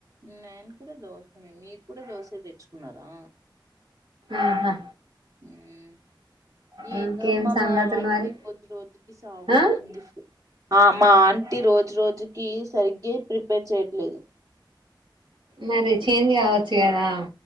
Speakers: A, on the right; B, on the right.
A: నేను కూడా దోశ ఏ మీరు కూడా దోశ తెచ్చుకున్నారా
B: ఆహా
A: ఉమ్ ఏందో
B: ఇంకేం
A: అమ్మా
B: సంగతులు
A: మా వాళకి
B: మరి
A: రోజు రోజుకి సావాగొడతాంధి
B: ఆ
A: ఇప్ ఆ మా ఆంటీ రోజు రోజుకి సరిగే ప్రిపేర్ చేయట్లేదు
B: మరి చేంజ్ కావచ్చు కదా